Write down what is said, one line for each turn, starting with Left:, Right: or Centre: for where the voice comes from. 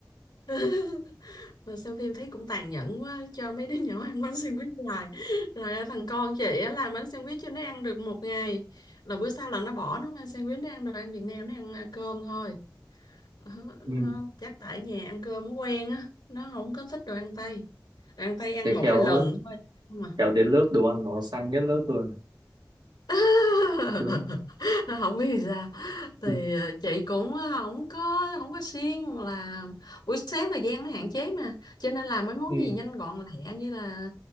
Left: <laughs> Mà xem phim thấy cũng tàn nhẫn quá cho mấy đứa nhỏ ăn bánh sandwich hoài. Rồi ở thằng con chị á làm bánh sandwich cho nó ăn được một ngày. Rồi bữa sau là nó bỏ nó không ăn sandwich nó ăn đồ ăn Việt Nam nó ăn à, cơm thôi. Ờ,
Right: Ừ.
Left: nó chắc tại nhà ăn cơm nó quen á nó không có thích đồ ăn tây đồ ăn tây ăn
Right: Thế
Left: một
Right: khéo
Left: hai lần thôi nhưng mà
Right: khéo đến lớp đồ ăn nó sang nhất lớp rồi.
Left: <laughs>
Right: Đúng.
Left: nó không biết thì sao thì
Right: Ừ.
Left: ờ, chị cũng không có không có siêng là buổi sáng thời gian nó hạn chế mà cho nên làm mấy món
Right: Ừ.
Left: gì nhanh gọn lẹ như là